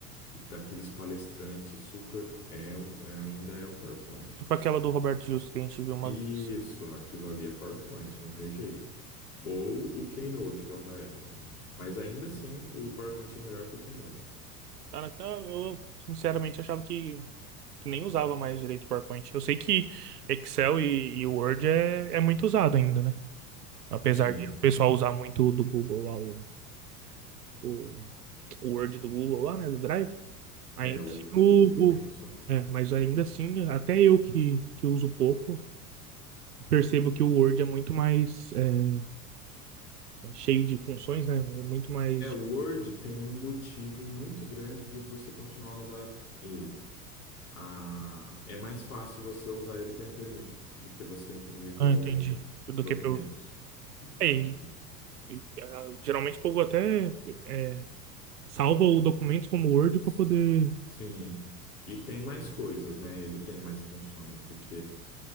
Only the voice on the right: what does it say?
tipo aquela do Roberto Justo que a gente viu uma
vez.
Cara, então eu sinceramente achava que, que nem usava mais direito o PowerPoint. Eu sei que Excel e, e Word é, é muito usado ainda, né? Apesar
de o pessoal usar muito o do Google lá, o, o, o Word do Google lá, né? Do Drive. Ainda
assim, o,
o-
é, mas ainda assim, até eu que, que uso pouco, percebo que o Word é muito mais é, cheio de funções, né? É Muito mais.
Ah,
entendi. Do
que pelo. É, e-
e, ah, geralmente o povo até é, salva o documento como Word
para poder.